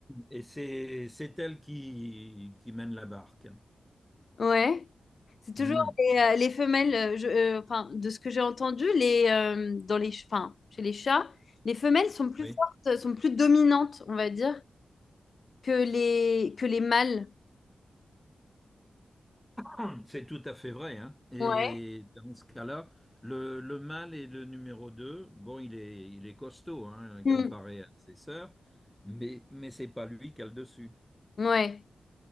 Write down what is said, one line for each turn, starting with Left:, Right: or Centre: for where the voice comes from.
Centre: et c'est c'est elle qui, qui mène la barque. hein.
Left: ouais. C'est toujours
Centre: Hmm,
Left: les, euh, les femelles, euh, je- euh, enfin, de ce que j'ai entendu, les, euh, dans les, ch- enfin, chez les chats, les femelles sont plus
Centre: oui.
Left: fortes, sont plus dominantes, on va dire, que les, que les mâles.
Centre: <laughs> C'est tout à fait vrai, hein. Et
Left: Ouais.
Centre: dans ce cas-là, le, le mâle est le numéro 2. Bon, il est, il est costaud, hein, comparé
Left: Mm.
Centre: à ses sœurs, mais, mais c'est pas lui qui a le dessus.
Left: Ouais.